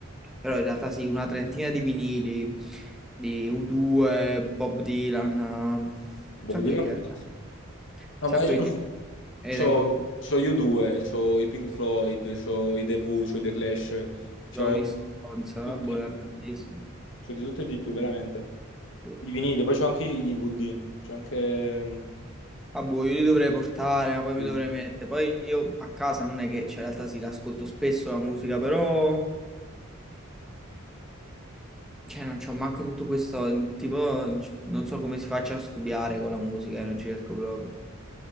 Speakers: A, in the centre; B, on the left (about 60°).
A: però in realtà sì, una trentina di vinili di U2, Bob Dylan, eh, un
B: Bob
A: sacco
B: Dylan
A: di gente,
B: è fortissimo.
A: un
B: No,
A: sacco
B: ma io
A: di
B: c'ho,
A: gente. E
B: c'ho
A: tengo tutti i
B: c'ho gli U2, c'ho i Pink Floyd, c'ho i The Who, c'ho i The Clash. c'ho
A: Rolling Stones, eh,
B: Tutto
A: boh,
B: di
A: ne
B: più.
A: ho tantissimi.
B: Cioè di tutto e di più, veramente.
A: Sì.
B: Di vinile, poi c'ho anche i DVD. C'ho anche... ehm,
A: Ah, boh, io li dovrei portare, ma poi
B: dischi.
A: mi dovrei mettere. Poi io a casa non è che, cioè, in realtà sì, l'ascolto spesso la musica, però, cioè, non c'ho manco tutto questo, tipo, non so come si faccia a studiare con la musica, eh, non ci riesco proprio.